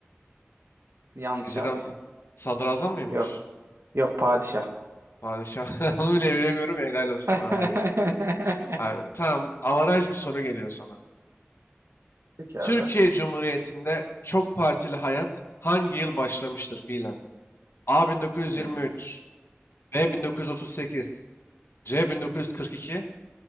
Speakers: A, on the right; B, on the left.
A: Yanlış
B: Vezir-i
A: abi.
B: Azam. Sadrazam mıymış?
A: Yok. Yok padişah.
B: Padişah. <laughs> Onu bile bilemiyorum. ya, Helal olsun
A: <laughs>
B: bana abi. Abi, tamam. Avaraj bir soru geliyor sana.
A: Peki
B: Türkiye
A: abi.
B: Cumhuriyeti'nde çok partili hayat hangi yıl başlamıştır fiilen? A 1923,
A: Hı.
B: B 1938, C 1942,